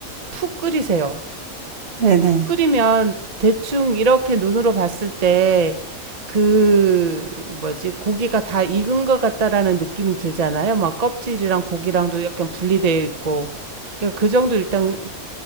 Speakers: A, on the right; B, on the right.
A: 푹 끓이세요.
B: 네네 네
A: 푹
B: 네네
A: 끓이면 대충 이렇게 눈으로 봤을 때 그 뭐지 고기가 다 익은 것 같다라는 느낌이 들잖아요. 막 껍질이랑 고기랑도 약간 분리되어 있고 그러니까 그 정도 일단